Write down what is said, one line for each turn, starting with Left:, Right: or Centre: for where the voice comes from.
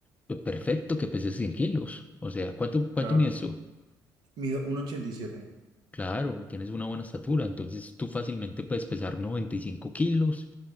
Left: pues Perfecto que peses 100 kilos. O sea, ¿cuánto, cuánto
Right: claro.
Left: mides tú?
Right: Mido uno ochenta y siete
Left: Claro, y tienes una buena estatura, entonces tú fácilmente puedes pesar 95 kilos,